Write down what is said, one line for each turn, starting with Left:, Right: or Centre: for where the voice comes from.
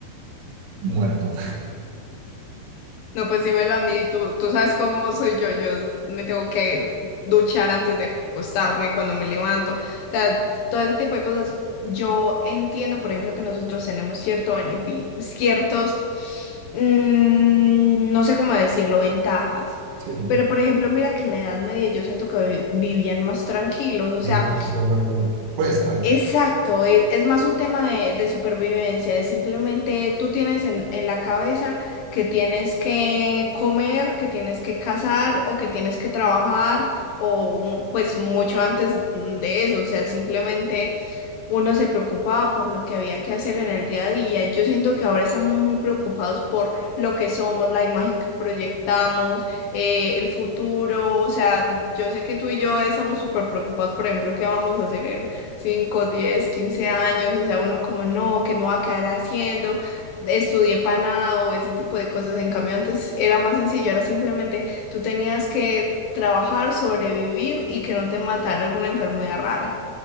Right: muerto. <laughs>
Left: No, pues dímelo a mí, tú, tú sabes cómo soy yo, yo me tengo que duchar antes de acostarme, cuando me levanto, o sea, todo ese tipo de cosas. Yo entiendo, por ejemplo, que nosotros tenemos cierto benefi- ciertos, mm, no sé cómo decirlo, ventajas,
Right: Sí, sí.
Left: pero por ejemplo, mira que en la Edad Media yo siento que vi- vivían más tranquilos, o
Right: Eh,
Left: sea,
Right: eso es lo que... Pues, a ver,
Left: Exacto, es, es más un tema de, de supervivencia, es simplemente tú tienes en, en la cabeza que tienes que comer, que tienes que cazar o que tienes que trabajar o mm, pues mucho antes mm, de eso, o sea, simplemente uno se preocupaba por lo que había que hacer en el día a día. Yo siento que ahora estamos muy preocupados por lo que somos, la imagen que proyectamos, eh, el futuro. O sea, yo sé que tú y yo estamos súper preocupados, por ejemplo, qué vamos a hacer en 5, 10, 15 años. O sea, uno como, no, ¿qué me va a quedar haciendo? Estudié para nada o ese tipo de cosas. En cambio, antes era más sencillo, era simplemente tú tenías que trabajar, sobrevivir y que no te matara alguna enfermedad rara.